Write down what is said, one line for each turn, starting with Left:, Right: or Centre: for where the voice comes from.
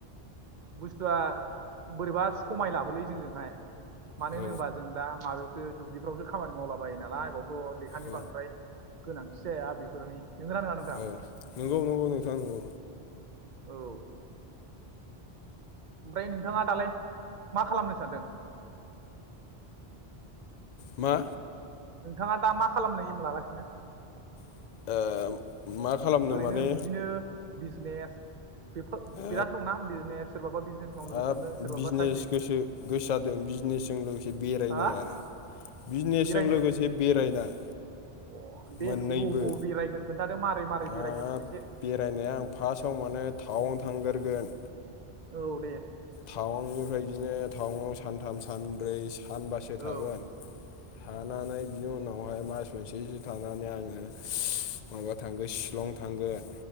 Right: बुस्थुआ बोरैबा समाय लाबोलै जोंजोंहाय। मानो
Left: औ
Right: होनोबा जों दा माबायाव जों दुब्लिफ्रावसो खामानि मावला बायो नालाय बावनो थ' लेखानि
Left: औ
Right: बांद्राय गोनांथि जाया बेफोरनि नंगौना नङा नोंथां
Left: औ नंगौ नंगौ नोंथां नंगौ।
Right: औ ओमफ्राय नोंथांङा दालाय मा खालामनो सानदों?
Left: मा?
Right: नोंथांङा दा मा खालामनो एम लागासिनो?
Left: ओ मा खालामनो
Right: ओरैनो
Left: माने
Right: बिदिनो बिजनेस बेफोर
Left: ओ
Right: बिराद दंना बिजनेस सोरबाबा बिजनेस मावनो
Left: हाब
Right: गोसो जादों सोरबाबा
Left: बिजनेस
Right: साख्रि
Left: गोसो गोसोजादों बिजनेसजों लोगोसे बेरायनाय
Right: हा
Left: आरो बिजनेसजों
Right: बेरायनो
Left: लोगोसे बेरायनाय
Right: अ दे
Left: मोननैबो।
Right: अबाव अबाव बेरायगोन खोन्थादो मारै मारै बेरायगोन
Left: ओ
Right: एसे
Left: बेरायनाया आं फार्स्टआव माने थाउन थांगोरगोन।
Right: औ दे।
Left: टाउननिफ्राय बिदिनो टाउनाव सानथाम सानब्रै सानबासो थागोन।
Right: औ
Left: थानानै बिनि उनावहाय मास मोनसेसो थानानै आङो माबा थांगोन शिलं थांगोन।